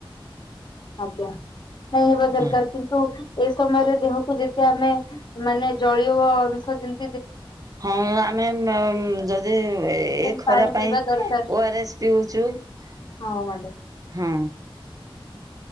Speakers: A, on the left; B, on the right.
A: ଆଜ୍ଞା । ନାଇ ହେବା ଦରକାର
B: ହୁଁ
A: କିନ୍ତୁ ଏ ସମୟରେ ଦେହକୁ ଯେ ତେ ଆମେ ମାନେ ଜଳୀୟ ଅଂଶ ଯେ
B: ହଁ ଆମେ ମେ ଯଦି ଏ
A: ସେମିତି
B: ଖରା
A: ପାଣି
B: ପାଇଁ
A: ପିଇବା ଦରକାର
B: ଓ ଆର ଏସ୍ ପିଉଛୁ ।
A: ହଁ ମାଡମ୍ ।
B: ହଁ ।